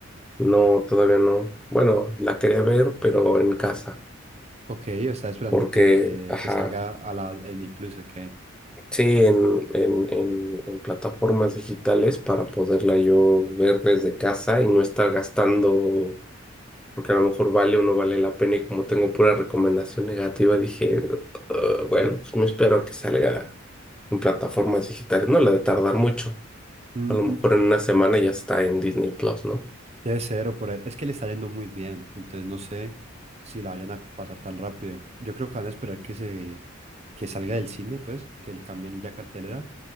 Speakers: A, in the centre; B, on the right (about 35°).
A: no, todavía no. Bueno, la quería ver, pero en casa,
B: Ok, o estaba esperando
A: porque,
B: que,
A: ajá,
B: que salga a la a Disney Plus, ok.
A: sí, en, en, en, en plataformas digitales para poderla yo ver desde casa y no estar gastando, porque a lo mejor vale o no vale la pena y como tengo pura recomendación negativa, dije, "Ugh, bueno, pues me espero a que salga. en plataformas digitales. No le debe tardar mucho.
B: Mm,
A: A lo mejor
B: mm,
A: en una semana ya está en Disney Plus, ¿no?
B: debe ser o por ahí. Es que le está yendo muy bien, entonces no sé si la vayan a pasar tan rápido. Yo creo que van a esperar que se que salga del cine, pues, que le cambien ya cartelera